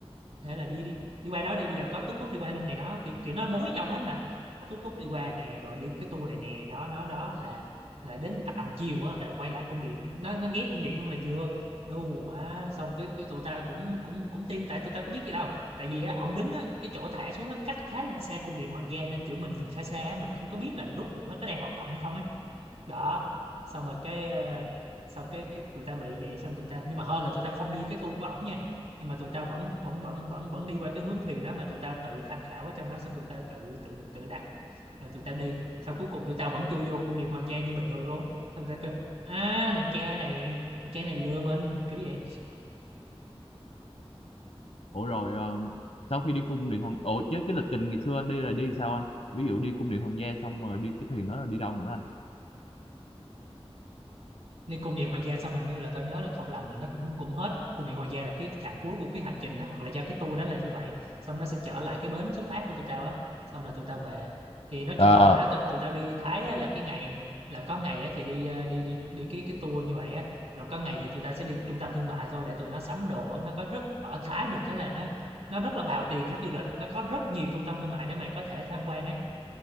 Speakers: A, on the right; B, on the left.
A: thể là đi đi đi qua đó đi bây giờ có túc túc đi qua luôn này đó kiểu kiểu nó mối nhau hết mà có túc túc đi qua nè rồi đi cái tour này nè đó đó đó là là đến tầm chiều á là quay lại cung điện nó nó ghé cung điện luôn là vừa đù mà xong cái cái tụi ta cũng cũng cũng tin tại tụi ta có biết gì đâu tại vì á ổng đứng á cái chỗ thả xuống nó cách khá là xa cung điện hoàng gia nên kiểu mình nhìn xa xa á, mình không có biết là rốt cuộc nó có đang hoạt động hay không ấy đó xong rồi cái ờ, xong cái cái tụi ta bị vậy xong tụi ta nhưng mà hơi là tụi ta không đi cái tour của ổng nha nhưng mà tụi ta vẫn vẫn vẫn vẫn vẫn đi qua cái hướng thuyền đó mà tụi ta tự tham khảo ở trong đó xong tụi ta tự tự tự đặt rồi tụi ta đi sau cuối cùng tụi ta vẫn chui vô cung điện hoàng gia như bình thường luôn xong tụi ta kêu à thằng cha này thằng cha này lừa mình kiểu vậy
B: ủa rồi ờ, sau khi đi cung điện hoàng ủa chứ cái lịch trình ngày xưa anh đi là đi sao anh ví dụ đi cung điện hoàng gia xong rồi đi cái thuyền đó là đi đâu nữa anh
A: nên cung điện hoàng gia xong hình như là tao nhớ là không lầm là nó cũng cũng hết cung điện hoàng gia là cái chặng cuối của cái hành trình đó hoặc là do cái tour đó là như vậy xong nó sẽ trở lại cái bến xuất phát của tụi tao á xong là tụi tao về thì nói
B: ờ
A: chung là hồi đó tụi, tụi tao đi Thái á, là cái ngày là có ngày á, thì đi ờ, đi đi đi cái cái tour như vậy á rồi có ngày thì tụi tao sẽ đi trung tâm thương mại thôi để tụi nó sắm đồ á. nó có rất ở Thái được cái là nó nó rất là bào tiền khách du lịch nó có rất nhiều trung tâm thương mại để mày có thể tham quan ấy